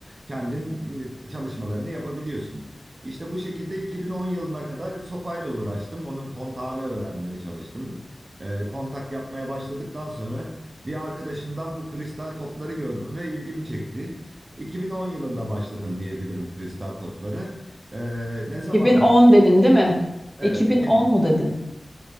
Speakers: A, on the right (about 50°); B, in the centre.
A: kendin e, çalışmalarını yapabiliyorsun. İşte bu şekilde 2010 yılına kadar sopayla uğraştım. Onun kontağını öğrenmeye çalıştım e, kontak yapmaya başladıktan sonra bir arkadaşımdan bu kristal topları gördüm ve ilgimi çekti. 2010 yılında başladım diyebilirim kristal toplara. E, ne
B: 2010
A: zaman?
B: dedin değil mi?
A: Evet,
B: 2010
A: 2000.
B: mu dedin?